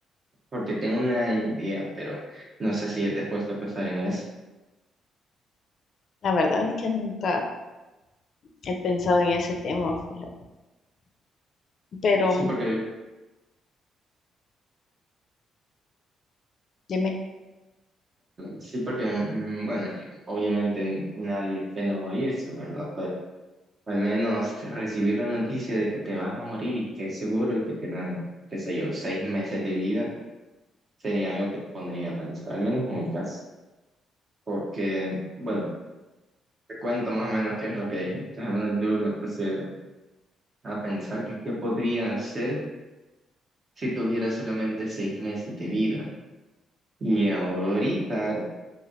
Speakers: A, on the right (about 40°); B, on the left (about 55°).
A: porque tengo una idea, pero no sé si te has puesto a pensar en eso.
B: La verdad es que nunca he pensado en ese tema, fíjate. Pero
A: Sí, porque,
B: dime,
A: sí, porque, mm, bueno, obviamente nadie espera morirse, ¿verdad? Pero O al menos te- recibir la noticia de que te vas a morir y que es seguro y que te dan, qué sé yo, seis meses de vida, sería algo que te pondría a pensar, al menos en mi caso. Porque, bueno, te cuento más o menos qué es lo que <laughs> al menos yo me puse a pensar que qué podría hacer si tuviera solamente seis meses de vida. Y ahorita,